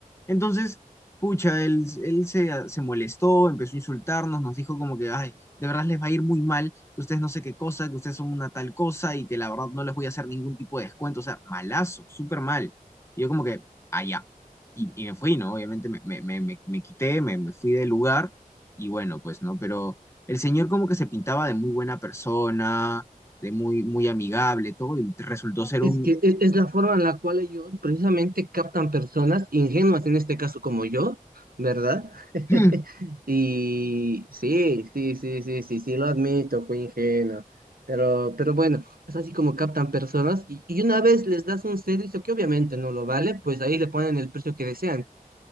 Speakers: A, on the left; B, on the right.
A: Entonces, pucha, él, él se, se molestó, empezó a insultarnos, nos dijo como que, ay, de verdad les va a ir muy mal, que ustedes no sé qué cosa, que ustedes son una tal cosa y que la verdad no les voy a hacer ningún tipo de descuento. O sea, malazo, súper mal. Y yo como que, allá. Y, y me fui, ¿no? Obviamente me, me, me, me, me quité, me, me fui del lugar y bueno, pues, ¿no? Pero... El señor como que se pintaba de muy buena persona, de muy, muy amigable, todo, y resultó ser
B: Es
A: un...
B: que e- es la forma en la cual ellos precisamente captan personas ingenuas, en este caso como yo, ¿verdad? <laughs>
A: <clears throat>
B: Y sí, sí, sí, sí, sí, sí, lo admito, fui ingenuo. Pero, pero bueno, es así como captan personas y, y una vez les das un servicio que obviamente no lo vale, pues ahí le ponen el precio que desean.